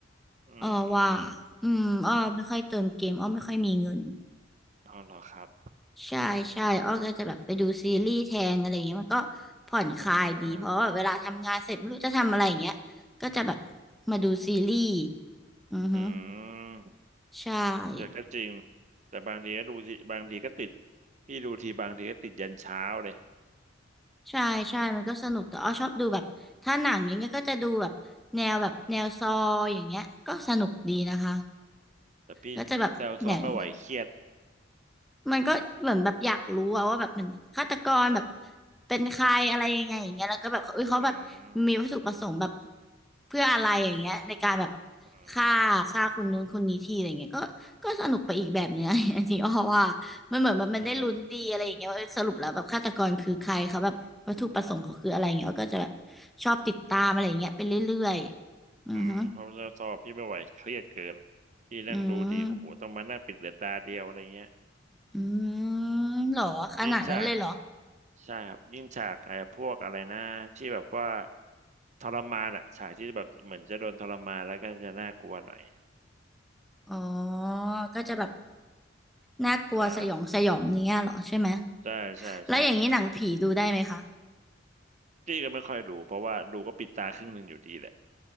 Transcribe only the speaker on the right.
อืมอืม
อ๋อเหรอครับ
อ่า
อืม
แต่ก็จริงแต่บางทีก็ดูสิบางทีก็ติดพี่ดูทีบางทีก็ติดยันเช้าเลย
แต่พี่แซวซ้อมไม่ไหวเครียด
อืม
อื
ม
อืม
อืมเพราะเราสอบพี่ไม่ไหวเครียดเกินพี่นั่งดูทีโอ้โหต้องมานั่งปิดเดือตาเดียวอะไรเงี้ย
ยิ่งฉากใช่ครับยิ่งฉากไอ้พวกอะไรนะที่แบบว่าทรมานอะฉากที่แบบเหมือนจะโดนทรมานแล้วก็จะน่ากลัวหน่อย
ใช่ใช่ใช่ใช่ครับ
พี่ก็ไม่ค่อยดูเพราะว่าดูก็ปิดตาครึ่งหนึ่งอยู่ดีแหละ